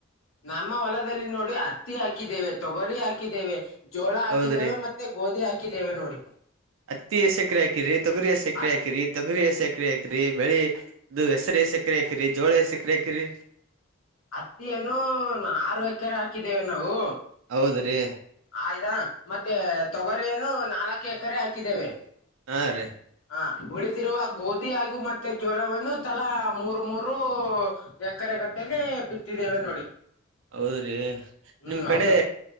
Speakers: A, on the left; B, on the right.
A: ನಮ್ಮ ಹೊಲದಲ್ಲಿ ನೋಡಿ ಹತ್ತಿ ಹಾಕಿದ್ದೇವೆ ತೊಗರಿ ಹಾಕಿದ್ದೇವೆ ಜೋಳ ಹಾಕಿದ್ದೇವೆ
B: ಹೌದ್ರಿ
A: ಮ ಮತ್ತೆ ಗೋಧಿ ಹಾಕಿದ್ದೇವೆ ನೋಡಿ.
B: ಹತ್ತಿ ಎಸ್ ಎಕರೆ ಹಾಕಿರಿ ತೊಗರಿ ಎಸೆಕ್ರೆ
A: ಹತ್
B: ಹಾಕಿರಿ? ತೊಗರಿ ಏಸ್ ಎಕ್ರೆ ಹಾಕ್ರಿ ಬೆಳಿ ಇದು ಹೆಸ್ರ ಏಸ್ ಎಕ್ರೆ ಹಾಕಿರಿ ಜೋಳ ಏಸ್ ಎಕ್ರೆ ಹಾಕಿರಿ?
A: ಹತ್ತಿಯನ್ನು ಆರು ಎಕರೆ ಹಾಕಿದ್ದೇವೆ ನಾವು.
B: ಹೌದ್ರೀ
A: ಆಯ್ದಾ ಮತ್ತೆ ತೊಗರಿಯನ್ನು ನಾಲಕ್ ಎಕರೆ ಹಾಕಿದ್ದೇವೆ.
B: ಹಾ ರೀ
A: ಹಾ ಉಳಿದಿರುವ ಗೋಧಿ ಹಾಗೂ ಮತ್ತೆ ಜೋಳವನ್ನು ತಲಾ ಮೂರು ಮೂರು ಎಕರೆ ಗಟ್ಟಲೆ ಬಿತ್ತಿದ್ದೇವೆ ನೋಡಿ.
B: ಹೌದ್ರಿ
A: ಹ್ಮ್
B: ನಿಮ್ ಕಡೆ
A: ಹೌದು